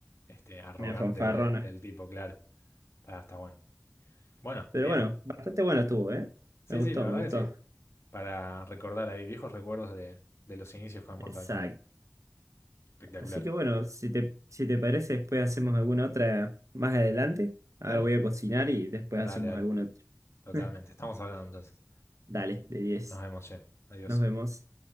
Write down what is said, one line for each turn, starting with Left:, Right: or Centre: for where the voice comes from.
Left: este, arrogante
Right: <laughs> Me fanfarrona.
Left: de- del tipo, claro. Está, está bueno. Bueno,
Right: Pero
Left: bien.
Right: bueno, bastante bueno estuvo, ¿eh?
Left: Sí,
Right: Me gustó,
Left: sí, la verdad
Right: me gustó.
Left: que sí. Para recordar ahí viejos recuerdos de, de los inicios con
Right: Exacto.
Left: Mortal Kombat. Espectacular.
Right: Así que bueno, si te, si te parece, después hacemos alguna otra más adelante. Ahora
Left: Dale,
Right: voy a cocinar y después
Left: dale,
Right: hacemos
Left: dale.
Right: alguna otra.
Left: Totalmente.
Right: <laughs>
Left: Estamos hablando entonces.
Right: Dale, de 10.
Left: Nos vemos, che. Adiós.
Right: Nos vemos.